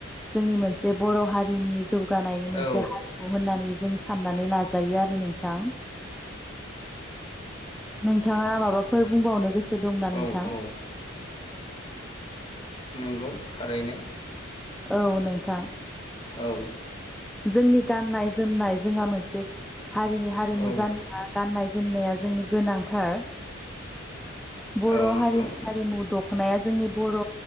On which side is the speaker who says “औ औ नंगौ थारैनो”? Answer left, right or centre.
Left